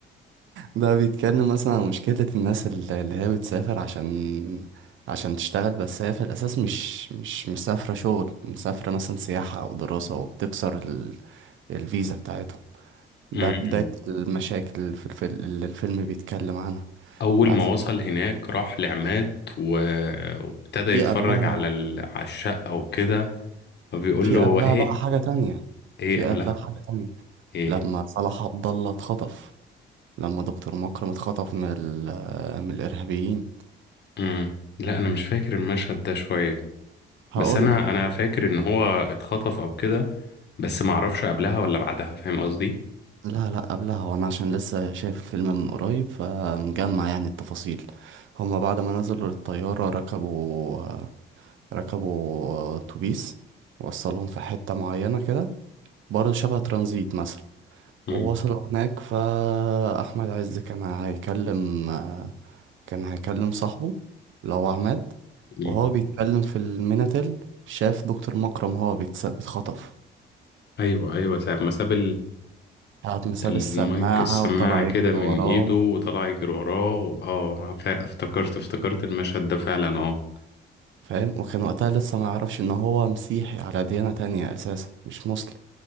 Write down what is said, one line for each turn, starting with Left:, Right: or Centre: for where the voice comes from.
Right: ده بيتكلم مثلا عن مشكلة الناس الل- اللي هي بتسافر عشان عشان تشتغل بس هي في الأساس مش مش مسافرة شغل مسافرة مثلا سياحة أو دراسة وبتكسر الفيزا بتاعتهم ده
Left: م-م.
Right: بداية المشاكل في الفيلم اللي الفيلم بيتكلم عنها
Left: أول
Right: بعد
Left: ما
Right: كده
Left: وصل هناك راح لعماد و- وابتدى
Right: في
Left: يتفرج
Right: قبلها
Left: على ال... على الشقة وكده فبيقول
Right: في
Left: له
Right: قبلها
Left: هي
Right: بقى حاجة تانية
Left: هي
Right: في
Left: قبلها
Right: قبلها حاجة تانية
Left: ايه
Right: لما صلاح عبد الله اتخطف لما دكتور مكرم اتخطف من ال- من الإرهابيين
Left: مم. لا أنا مش فاكر المشهد ده شوية
Right: هقول
Left: بس أنا
Right: لك
Left: أنا فاكر إن هو اتخطف أو كده بس معرفش قبلها ولا بعدها فاهم قصدي؟
Right: لا لا قبلها وانا عشان لسه شايف الفيلم من قريب فمجمع يعني التفاصيل هما بعد ما نزلوا للطيارة ركبوا ركبوا اتوبيس وصلهم في حتة معينة كده برضه شبه ترانزيت مثلا
Left: مم.
Right: ووصلوا هناك فأحمد عز كان هيكلم كان هيكلم صاحبه اللي هو عماد
Left: مم.
Right: وهو بيتكلم في الميناتيل شاف دكتور مكرم وهو بيتس- بيتخطف
Left: أيوه أيوه ساعة ما ساب
Right: قعد مساب
Left: المايك
Right: السماعة
Left: السماعة
Right: وطلع
Left: كده
Right: يجري
Left: من
Right: وراه
Left: ايده وطلع يجري وراه اه ف- افتكرت افتكرت المشهد ده فعلا اه
Right: فاهم وكان وقتها لسه ما يعرفش ان هو مسيحي على ديانة تانية اساسا مش مسلم